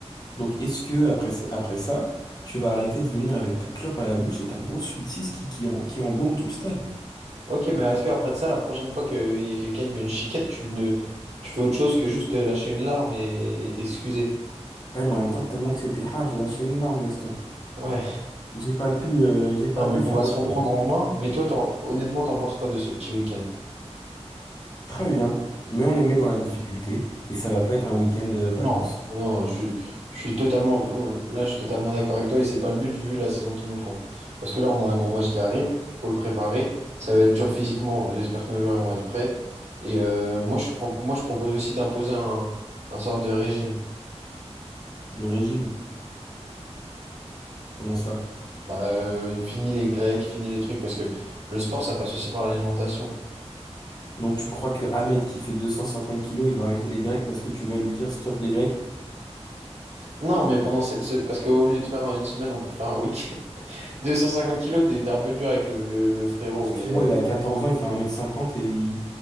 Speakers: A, on the left (about 35°); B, on the right (about 75°).
A: Donc, est-ce que après, ça- après ça, tu vas arrêter de venir avec ta clope à la bouche et ta grosse 8-6 qui, qui, en- qui embaume tout le stade?
B: Ok, mais est-ce qu'après de ça, la prochaine fois qu'il y a quelqu'un qui te met une chiquette, tu ne, tu fais autre chose que juste euh, lâcher une larme et et t'excuser?
A: Ouais, mais en même temps, tellement que c'était hard, j'ai lâché une larme, Gaston.
B: Ouais,
A: J'ai pas pu, euh, j'ai pas
B: non, mais
A: pu
B: on
A: faire
B: va se
A: autrement.
B: reprendre en main. Mais toi, t'en- honnêtement, t'en penses quoi de ce petit week-end?
A: Très bien, mais on les met dans la difficulté et ça va pas être un week-end euh, vacances
B: Non. Non, je suis, je suis totalement, euh, là, je suis totalement d'accord avec toi et c'est pas le but vu la saison qu'ils nous font. Parce que là, on a un gros match qui arrive, faut le préparer. Ça va être dur physiquement. J'espère que nos joueurs ils vont être prêts. Et euh, moi, je pro- moi, je propose aussi d'imposer un, un sorte de régime.
A: de régime. Comment ça?
B: Bah, euh, fini les grecs, fini les trucs, parce que le sport, ça passe aussi par l'alimentation.
A: Donc, tu crois que Ahmed qui fait 250 kilos, il va arrêter les Grecs parce que tu vas lui dire stop les Grecs?
B: Non, mais pendant cette, se- parce qu'au lieu de faire une semaine, on peut faire un week-end. <laughs> 250 kilos, t'es t'es un peu dur avec le, le, le frérot,
A: Excuse-moi,
B: mais. euh,
A: il a 14 ans, il fait 1 mètre 50 et il,